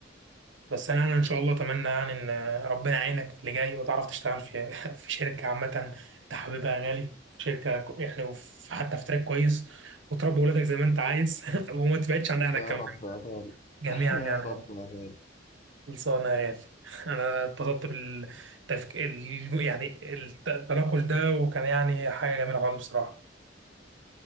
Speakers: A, on the right; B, on the left.
A: بس انا انا ان شاء الله اتمنى يعني ان ربنا يعينك في اللي جاي وتعرف تشتغل في <laughs> في شركه عامه انت حاببها يا غالي شركه كو- يعني وف- حتى في تراك كويس وتربي ولادك زي ما انت عايز <laughs> وما تبعدش عن اهلك
B: يا
A: كمان
B: رب يا غالي
A: جميعا
B: <laughs>
A: يعني
B: يا رب يا غالي
A: خلصانة يا غالي <laughs> أنا اتبسطت بالتفك... ال... يعني التناقش ده وكان يعني حاجة جميلة خالص بصراحة